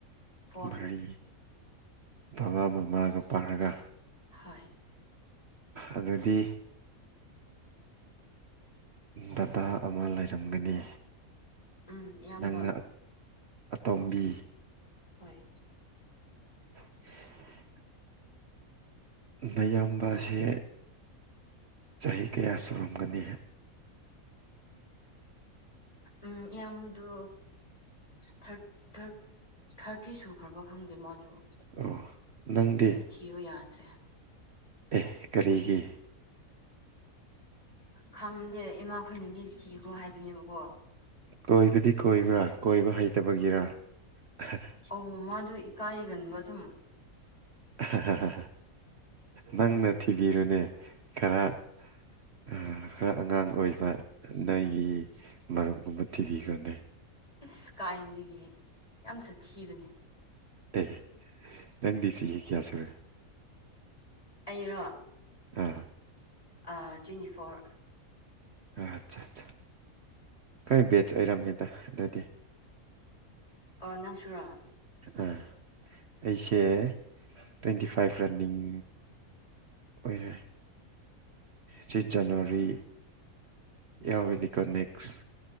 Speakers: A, on the left (about 25°); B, on the right (about 55°).
A: ꯐꯣꯔ
B: ꯃꯔꯤ ꯕꯕꯥ ꯃꯃꯥꯒ ꯄꯥꯔꯒ
A: ꯍꯣꯢ
B: ꯑꯗꯨꯗꯤ ꯗꯗꯥ ꯑꯃ ꯂꯩꯔꯝꯒꯅꯤ
A: ꯎꯝ ꯏꯌꯥꯝꯕ
B: ꯅꯪꯅ ꯑꯇꯣꯝꯕꯤ
A: ꯍꯣꯏ
B: <inaudible> ꯅꯌꯥꯝꯕꯁꯦ ꯆꯍꯤ ꯀꯌꯥ ꯁꯨꯔꯝꯒꯅꯤ
A: ꯎꯝ ꯢꯌꯥꯝꯕꯗꯨ ꯊꯔꯠ ꯊꯔꯠ ꯊꯔꯇꯤ ꯁꯨꯈ꯭ꯔꯕ ꯈꯪꯗꯦ ꯃꯥꯗꯨ
B: ꯑꯣ ꯅꯪꯗꯤ
A: ꯊꯤꯌꯣ ꯌꯥꯗ꯭ꯔꯦ
B: ꯑꯦ ꯀꯔꯤꯒꯤ
A: ꯈꯪꯗꯦ ꯏꯃꯥ ꯈꯣꯏꯅꯗꯤ ꯊꯤꯈ꯭ꯔꯣ ꯍꯥꯏꯕꯅꯦꯕꯀꯣ
B: ꯀꯣꯏꯕꯗꯤ ꯀꯣꯏꯕ꯭ꯔꯥ ꯀꯣꯏꯕ ꯍꯩꯇꯕꯒꯤꯔꯥ <unintelligible>
A: ꯑꯧ ꯃꯥꯗꯨ ꯏꯀꯥꯏꯒꯟꯕ ꯑꯗꯨꯝ
B: ꯑꯥ ꯍ ꯍ ꯍ ꯍ ꯅꯪꯅ ꯊꯤꯕꯤꯔꯨꯅꯦ ꯈꯔ ꯑꯥ ꯈꯔ ꯑꯉꯥꯡ ꯑꯣꯏꯕ ꯅꯣꯢꯒꯤ ꯃꯔꯨꯞꯀꯨꯝꯕ ꯊꯤꯕꯤꯈꯣꯅꯦ
A: ꯏꯁ ꯀꯥꯏꯗꯒꯤ ꯌꯥꯝ ꯁꯥꯊꯤꯕꯅꯦ
B: ꯑꯦ ꯅꯪꯗꯤ ꯆꯤꯍꯤ ꯀꯌꯥ ꯁꯨꯔꯒꯦ
A: ꯑꯩꯔꯣ
B: ꯑꯥ
A: ꯑ ꯇ꯭ꯋꯦꯟꯇꯤ ꯐꯣꯔ
B: ꯑ ꯆꯥ ꯆꯥ ꯈꯣꯢ ꯕꯦꯠꯆ ꯑꯣꯏꯔꯝꯃꯤꯗ ꯗꯨꯗꯤ
A: ꯑꯣ ꯅꯪꯁꯨꯔꯥ
B: ꯑꯥ ꯑꯩꯁꯦ ꯇ꯭ꯋꯦꯟꯇꯤ ꯐꯥꯏꯚ ꯔꯟꯅꯤꯡ ꯑꯣꯏꯔꯦ ꯁꯤ ꯖꯟꯋꯥꯔꯤ ꯌꯥꯋꯦꯅꯤꯀꯣ ꯅꯦꯛꯁ